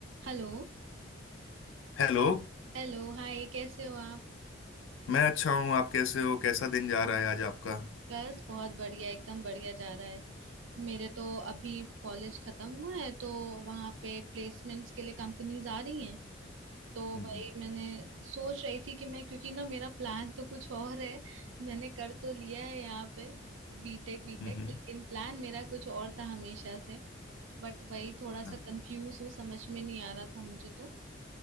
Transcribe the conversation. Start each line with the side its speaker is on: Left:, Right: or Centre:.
Right: हेलो
Left: हेलो
Right: हेलो हाय कैसे हो आप
Left: मैं अच्छा हूँ आप कैसे हो कैसा दिन जा रहा है आज आपका
Right: बस बहुत बढ़िया एकदम बढ़िया जा रहा है मेरे तो अभी कॉलेज खत्म हुआ है तो वहाँ पे प्लेसमेंट्स के लिए कंपनीज आ रही हैं तो
Left: हम्म
Right: वही मैंने सोच रही थी कि मैं क्योंकि ना मेरा प्लान तो कुछ और है मैंने कर तो लिया है यहाँ पे बीटेक वीटेक
Left: हम्म
Right: लेकिन प्लान मेरा कुछ और था हमेशा से बट वही थोड़ा सा
Left: हाँ,
Right: कंफ्यूज हूँ समझ में नहीं आ रहा था मुझे तो